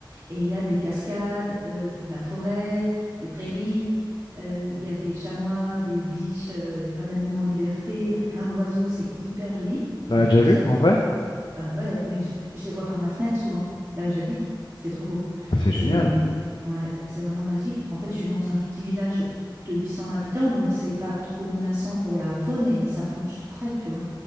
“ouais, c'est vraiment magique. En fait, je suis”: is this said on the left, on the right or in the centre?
Right